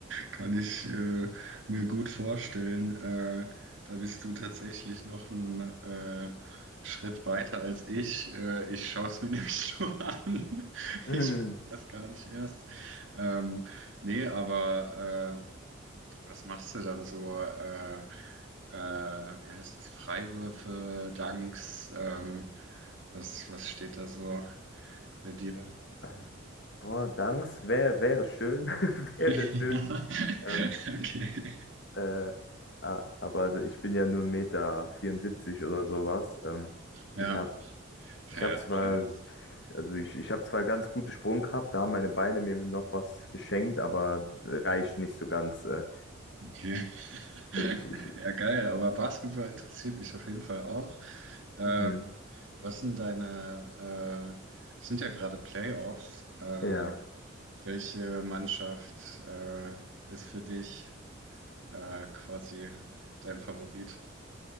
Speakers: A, on the right; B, on the left.
A: kann ich äh, mir gut vorstellen. Äh, da bist du tatsächlich noch einen äh, Schritt weiter als ich. Äh, ich schaue es mir <laughs> nämlich nur an.
B: Hm,
A: Ich weiß das gar nicht erst. Ähm, nee, aber äh, was machst du dann so? Äh, äh, wie heißt es? Freiwürfe, Danks? Ähm, was, was steht da so bei dir?
B: ähm, boah, Danks, wär, wäre schön, <laughs> wäre
A: Ja,
B: schön.
A: <laughs>
B: Ähm,
A: okay.
B: äh, a- aber ich bin ja nur 1,74 Meter vierundsiebzig oder sowas. Ähm,
A: Ja,
B: ich habe
A: fair,
B: ich hab zwar
A: fair.
B: Also ich, ich habe zwar ganz gute Sprungkraft, da haben meine Beine mir noch was geschenkt, aber reicht
A: Ja,
B: nicht so ganz. Äh,
A: okay. <laughs>
B: ich, ich,
A: Ja, geil, aber Basketball interessiert mich auf jeden Fall auch. Ähm,
B: mhm,
A: was sind deine, äh, es sind ja gerade Playoffs. Äh,
B: ja.
A: welche Mannschaft, äh, ist für dich, äh, quasi dein Favorit?